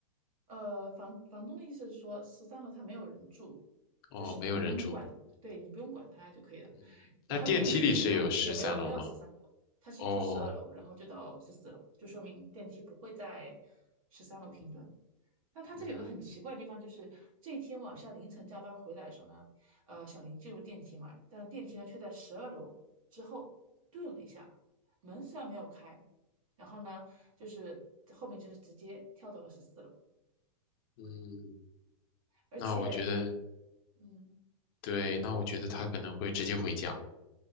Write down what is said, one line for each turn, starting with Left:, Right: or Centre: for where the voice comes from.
Right: 呃，房房东的意思是说，十三楼他没有人住，
Left: 哦，
Right: 就是你不用管，
Left: 没有人住。
Right: 对你不用管他就可以了。
Left: 嗯，
Right: 然后电梯里呢，
Left: 那电梯里是有十三楼吗？
Right: 也没有没有十三。它是就十二楼，
Left: 哦，
Right: 然后就到十四楼，就说明电梯不会在十三楼停顿。但他这里有个很奇怪的地方，
Left: 嗯
Right: 就是这天晚上凌晨加班回来的时候呢，呃，小林进入电梯嘛，但电梯呢却在十二楼之后顿了一下，门虽然没有开，然后呢，就是后面就是直接跳到了十四楼，
Left: 嗯，
Right: 而且，
Left: 那我觉得
Right: 嗯，
Left: 对，那我觉得他可能会直接回家。